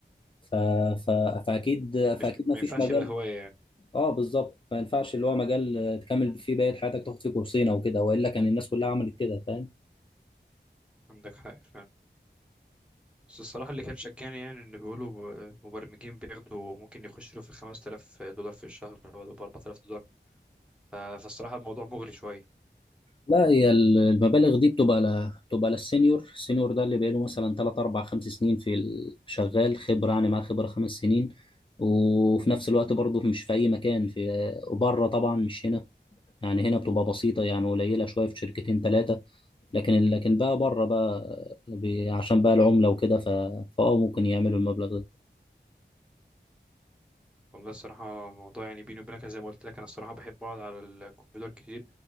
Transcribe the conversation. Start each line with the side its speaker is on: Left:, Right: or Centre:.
Left: ف... ف... فاكيد
Centre: مش
Left: فاكيد
Centre: ما
Left: ما فيش
Centre: ينفعش
Left: مجال
Centre: يبقى هواية يعني
Left: اه بالظبط ما ينفعش اللي هو مجال آه، تكمل فيه بقية حياتك تاخد فيه كورسين او كده والا كان الناس كلها عملت كده فاهم
Centre: عندك حق فعلا بس الصراحة اللي كان شجعني يعني إن بيقولوا ب- مبرمجين بياخدوا ممكن يخشوا له في 5000 دولار في الشهر ولا ب 4000 دولار ف- فالصراحة الموضوع مغري شوية
Left: لا هي ال- المبالغ دي بتبقى ل... بتبقى للسينيور السينيور ده اللي بقاله مثلا 3 4 5 سنين في ال- شغال خبرة يعني معاه خبرة خمس سنين وفي نفس الوقت برضه مش في اي مكان في آه، وبره طبعا مش هنا يعني هنا بتبقى بسيطة يعني قليلة شوية في شركتين ثلاثة لكن لكن بقى بره بقى بي... عشان بقى العملة وكده ف... فاه ممكن يعملوا المبلغ ده
Centre: والله الصراحة الموضوع يعني بيني وبينك زي ما قلت لك أنا الصراحة بحب أقعد على الكمبيوتر كتير